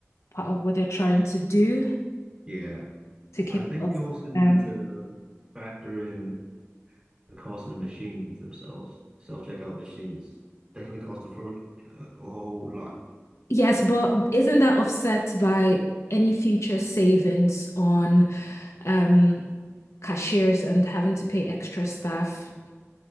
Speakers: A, on the left; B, on the right.
A: part of what they're trying to do.
B: Yeah.
A: to keep
B: I think
A: costs
B: you also need
A: down.
B: to factor in the cost of the machines themselves. Self-checkout machines definitely cost a, fro- a whole lot.
A: Yes, but isn't that offset by any future savings on um, cashiers and having to pay extra staff?